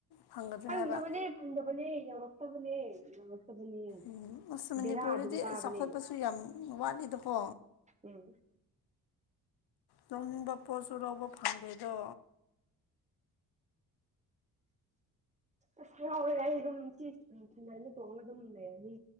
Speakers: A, on the left; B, on the right.
A: ꯐꯪꯒꯗ꯭ꯔꯥ
B: ꯐꯪꯗꯕꯅꯦ
A: ꯍꯥꯏꯕ
B: ꯐꯪꯗꯕꯅꯦ ꯌꯧꯔꯛꯇꯕꯅꯦ ꯌꯧꯔꯛꯇꯕꯅꯦ
A: ꯎꯝ ꯑꯁ ꯃꯅꯤꯄꯨꯔꯗꯗꯤ
B: ꯕꯦꯔꯥ ꯑꯗꯨꯝ
A: ꯑꯩ
B: ꯀꯥꯕꯅꯦ
A: ꯆꯥꯎꯈꯠꯄꯁꯨ ꯌꯥꯝ ꯋꯥꯠꯂꯤꯗꯀꯣ
B: ꯎꯝ
A: ꯂꯧꯧꯅꯤꯡꯕ ꯄꯣꯠꯁꯨ ꯂꯧꯕ ꯐꯪꯗꯦꯗꯣ
B: ꯑꯁ ꯌꯥꯔꯥꯎꯋꯦ ꯑꯩ ꯑꯗꯨꯝ ꯁꯤ ꯁꯨꯅꯁꯨ ꯇꯣꯡꯉꯒ ꯑꯗꯨꯝ ꯂꯩꯔꯅꯤ